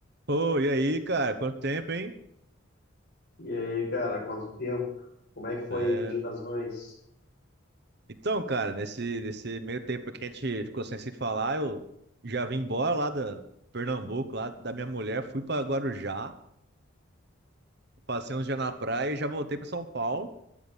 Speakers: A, on the right; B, on the left.
A: Ô, e aí, cara? Quanto tempo, hein?
B: E aí, cara, quanto tempo? Como é que foi
A: É.
B: aí o Dia das Mães?
A: Então, cara, nesse, nesse meio tempo que a gente ficou sem se falar, eu já vim embora lá da Pernambuco, lá da minha mulher, fui pra Guarujá, passei uns dias na praia e já voltei pra São Paulo.